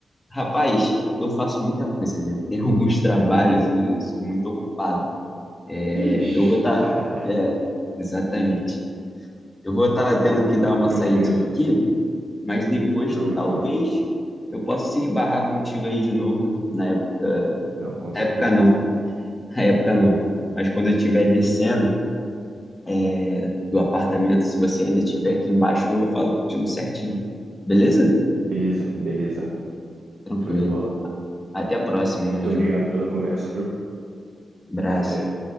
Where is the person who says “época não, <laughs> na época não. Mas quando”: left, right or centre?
Left